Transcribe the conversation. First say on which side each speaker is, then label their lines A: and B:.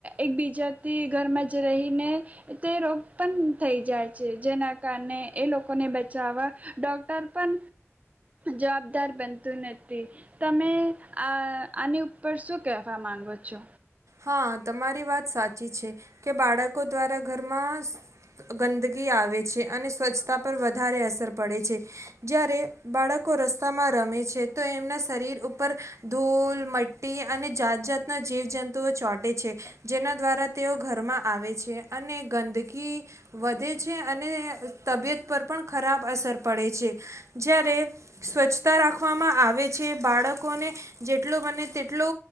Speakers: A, on the right; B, on the right.
A: એકબીજાથી ઘરમાં જ રહીને તે રોગ પણ થઈ જાય છે જેના કારણે એ લોકોને બચાવવા ડૉક્ટર પણ જવાબદાર બનતું નથી તમે આ આની ઉ પર શું કહેવા માંગો છો.
B: હા તમારી વાત સાચી છે કે બાળકો દ્વારા ઘરમાં સ ગંદગી આવે છે અને સ્વચ્છતા પર વધારે અસર પડે છે જ્યારે બાળક કો રસ્તામાં રમે છે તો એમના શરીર ઉપર ધૂલ મ્ટટી અને જાત-જાતના જીવ જંતુ- ચોટે છે જેના દ્વારા તેઓ ઘરમાં આવે છે અને ગંદકી વધે છે અને તબિયત પર પણ ખરાબ અસર પડે છે જ્યારે સ્વચ્છતા રાખવામાં આવે છે બાળકોને જેટલુ બને તેટલો